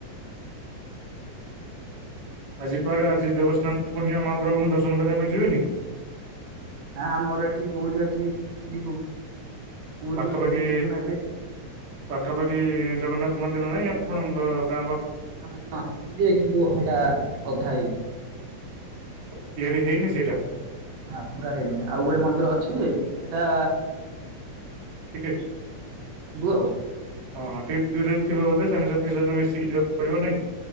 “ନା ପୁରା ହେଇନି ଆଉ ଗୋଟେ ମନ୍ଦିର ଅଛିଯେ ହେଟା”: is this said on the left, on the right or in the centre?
Right